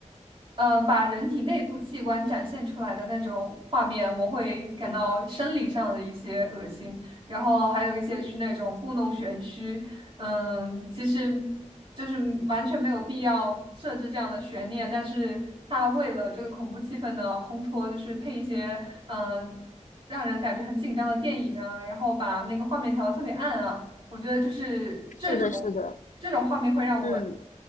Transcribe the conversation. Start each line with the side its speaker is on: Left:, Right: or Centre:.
Right: 呃，把人体内部器官展现出来的那种画面，我会感到生理上的一些恶心，然后还有一些就是那种故弄玄虚，嗯，其实就是完全没有必要设置这样的悬念，但是他为了这个恐怖气氛的烘托，就是配一些。嗯。让人感觉很紧张的电影啊，然后把那个画面调的特别暗啊，我觉得就是这种这种画面会让我
Left: 是的，是的，嗯，